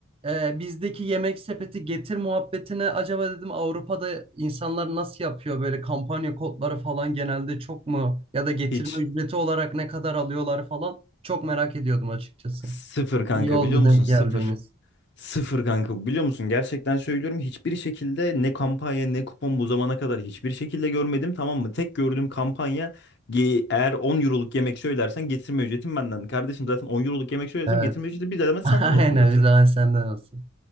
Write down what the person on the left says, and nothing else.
hiç
sıfır kanka
biliyor musun
sıfır.
Sıfır kanka biliyor musun gerçekten söylüyorum hiçbir şekilde ne kampanya ne kupon bu zamana kadar hiçbir şekilde görmedim tamam mı? Tek gördüğüm kampanya Ge- Eğer 10 euroluk yemek söylersen getirme ücretim benden. Kardeşim zaten 10 euroluk yemek söylersem
getirme ücreti bir de hemen
senden
olsun zaten.